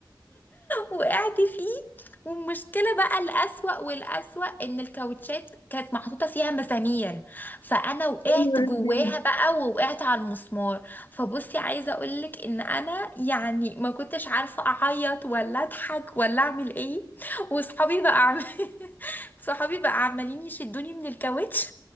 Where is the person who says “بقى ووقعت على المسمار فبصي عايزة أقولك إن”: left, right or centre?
Left